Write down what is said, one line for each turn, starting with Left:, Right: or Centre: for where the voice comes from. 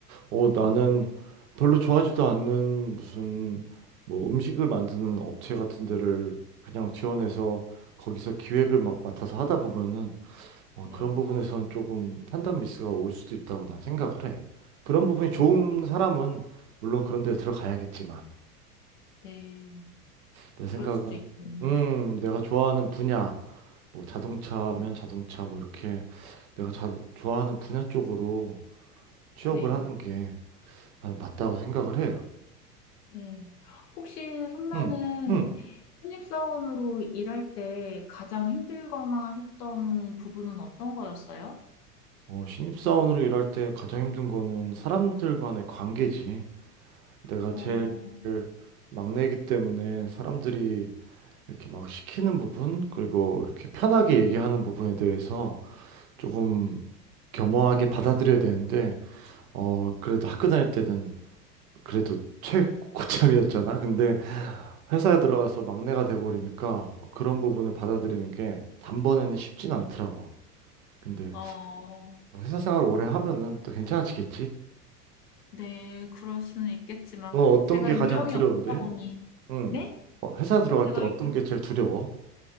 Right: 어,
Left: 네,
Right: 나는 별로 좋아하지도 않는 무슨 뭐 음식을 만드는 업체 같은 데를 그냥 지원해서 거기서 기획을 막 맡아서 하다 보면은 어,
Left: 네.
Right: 그런 부분에선 조금 판단 미스가 올 수도 있다고 난 생각을 해. 그런 부분이 좋은
Left: 아,
Right: 사람은 물론 그런 데 들어가야겠지만
Left: 네.
Right: 내
Left: 그럴
Right: 생각은
Left: 수도 있겠네요.
Right: 음 내가 좋아하는 분야 뭐 자동차면 자동차 뭐 이렇게 내가 자, 좋아하는 분야 쪽으로 취업을
Left: 네,
Right: 하는 게 난 맞다고 생각을 해.
Left: 네. 혹시 선배는
Right: 응, 응
Left: 신입사원으로 일할 때 가장 힘들거나 했던 부분은 어떤 거였어요?
Right: 어, 신입사원으로 일할 때 가장 힘든 거는 사람들 간의 관계지. 내가
Left: 어,
Right: 제일 막내이기 때문에 사람들이 이렇게 막 시키는 부분, 그리고 이렇게 편하게 얘기하는 부분에 대해서 조금 겸허하게 받아들여야 되는데, 어, 그래도 학교 다닐 때는 그래도 최고참이었잖아. 근데 회사에 들어가서 막내가 돼버리니까 그런 부분을 받아들이는 게 단번에는 쉽진 않더라고. 근데
Left: 어,
Right: 회사 생활 오래 하면은 또 괜찮아지겠지.
Left: 네, 그럴 수는 있겠지만
Right: 너 어떤
Left: 제가
Right: 게 가장
Left: 요령이
Right: 두려운데?
Left: 없다 보니
Right: 응.
Left: 네?
Right: 어, 회사 들어갈
Left: 제가,
Right: 때 어떤
Left: 유-
Right: 게 제일 두려워?